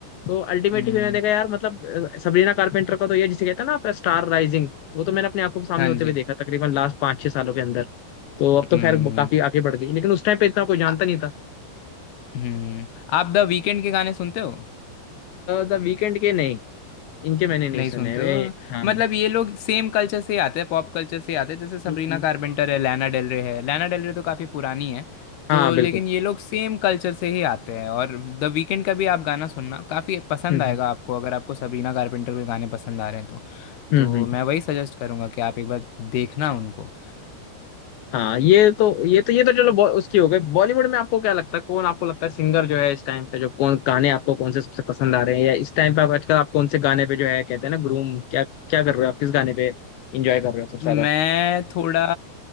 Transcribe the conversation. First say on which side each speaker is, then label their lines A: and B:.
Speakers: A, on the left; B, on the left.
A: तो अल्टीमेटली
B: हम्म
A: मैंने देखा यार मतलब अ, सबरीना कारपेंटर का तो ये जिसे कहते हैं ना आप स्टार राइजिंग वो तो मैंने अपनी आंखों के सामने
B: हाँ
A: होते
B: जी
A: हुए देखा तकरीबन लास्ट पाँच छह सालों के अंदर तो अब तो
B: हम्म
A: खैर वो
B: हम्म
A: काफी आगे बढ़ गई लेकिन उस टाइम पे इतना कोई जानता
B: आ-
A: नहीं था
B: हम्म आप द वीकेंड के गाने सुनते हो
A: द वीकेंड के नहीं इनके मैंने नहीं
B: नहीं सुनते
A: सुने वे
B: हो
A: हाँ
B: मतलब
A: हम्म,
B: ये लोग सेम कल्चर से ही आते हैं पॉप कल्चर से ही आते हैं जैसे सबरीना
A: हम्म।
B: कारपेंटर है लैना डेल रे है लैना डेल रे तो काफ़ी पुरानी है
A: हाँ
B: तो
A: बिल्कुल
B: लेकिन ये लोग सेम कल्चर से ही आते हैं और द वीकेंड का भी आप गाना सुनना काफ़ी पसंद
A: हम्म
B: आएगा आपको अगर आपको सबरीना कारपेंटर के गाने पसंद आ रहे हैं तो
A: हम्म
B: तो
A: हम्म।
B: मैं वही सजेस्ट करूंगा कि आप एक बार देखना उनको
A: हाँ ये तो ये तो ये तो चलो बॉ- उसकी हो गई बॉलीवुड में आपको क्या लगता है कौन आपको लगता है सिंगर जो है इस टाइम पे जो कौन गाने आपको कौन से सबसे पसंद आ रहे हैं या इस टाइम पे आप आजकल आप कौन से गाने पे जो है कहते हैं ना ग्रूम क्या क्या कर रहे हो आप किस गाने पे एंजॉय कर रहे हो सबसे
B: मैं
A: ज्यादा
B: थोड़ा